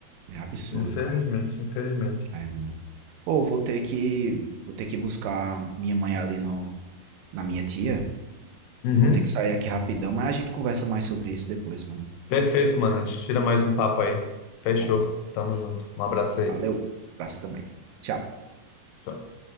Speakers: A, on the right; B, on the left.
A: é absurdo,
B: Infelizmente,
A: cara.
B: infelizmente.
A: É, mano. Ou vou ter que, vou ter que buscar minha mãe ali no, na minha tia.
B: Uhum.
A: Eu vou ter que sair aqui rapidão, mas a gente conversa mais sobre isso depois, mano.
B: Perfeito, mano. A gente tira mais um papo aí. Fechou.
A: Pronto.
B: Tamo junto. Um abraço aí.
A: Valeu. Abraço também. Tchau.
B: Tchau.